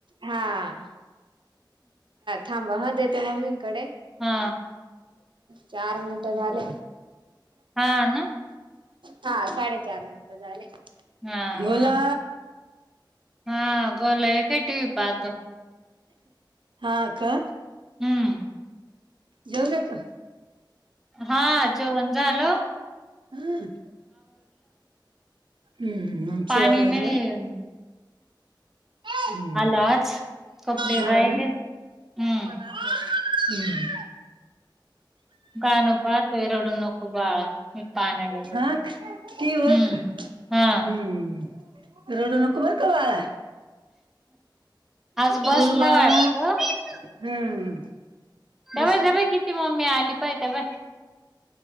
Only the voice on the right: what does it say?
हा थांब ह देते मम्मी कडे
चार मिनटं
झाले
हा साडेचार मिनट झाले
बला
हा का
जऊन येतो
हम्म हम्म आमच
आवरल
हम्
ह
ना
हम्म
हा क वर
का हम्म
रडू नको बरं का बाळा
गोलू बाळा
हम्म
बस